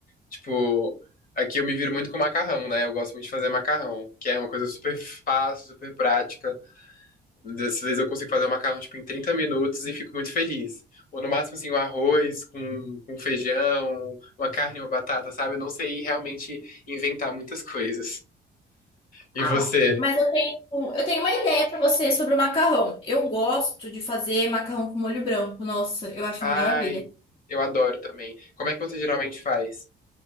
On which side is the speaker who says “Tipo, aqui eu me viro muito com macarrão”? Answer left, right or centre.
Left